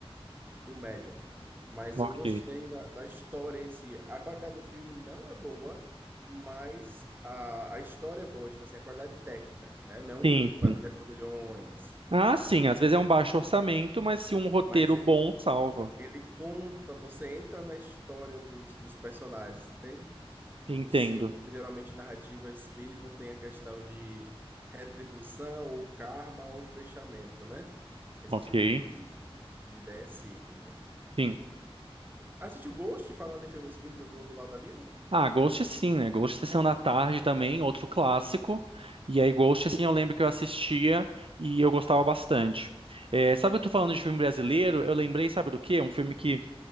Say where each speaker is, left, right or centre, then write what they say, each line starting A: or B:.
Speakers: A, on the right; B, on the right.
A: do Medium. Mas
B: Ok.
A: eu gostei da, da história em si. A qualidade do filme não é boa, mas a, a história é boa, tipo assim, a qualidade técnica, né? Não é um
B: Sim,
A: filme que parece
B: sim.
A: que gastou milhões,
B: Ah, sim, às vezes é um baixo orçamento, mas se um roteiro
A: mas ele,
B: bom salva.
A: ele conta, você entra na história dos, dos personagens, entende? Do,
B: Entendo.
A: do ciclo, porque geralmente narrativa espírita tem a questão de retribuição, ou karma, ou fechamento, né? Esse
B: Ok,
A: tipo de, de, de ideia cíclica.
B: sim.
A: Assistiu Ghost falando em filme espírita do outro lado da vida?
B: Ah, Ghost sim, né? Ghost Sessão da Tarde também, outro clássico. E aí, Ghost, sim, eu lembro que eu assistia e eu gostava bastante. É, sabe, eu tô falando de filme brasileiro, eu lembrei, sabe do quê? Um filme que